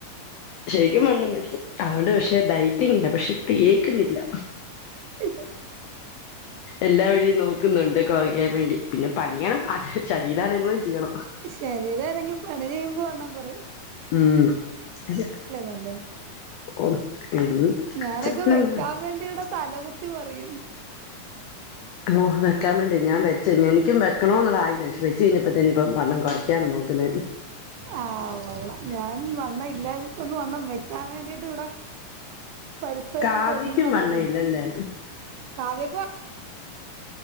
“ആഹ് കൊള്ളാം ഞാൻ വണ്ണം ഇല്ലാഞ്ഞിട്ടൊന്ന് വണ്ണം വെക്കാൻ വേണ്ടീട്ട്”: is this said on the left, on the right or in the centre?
Right